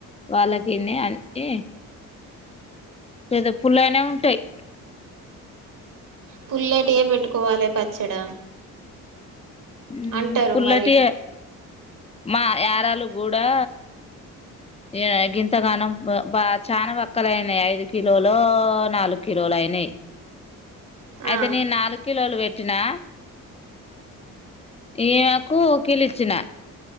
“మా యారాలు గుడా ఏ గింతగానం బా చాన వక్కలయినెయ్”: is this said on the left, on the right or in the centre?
Left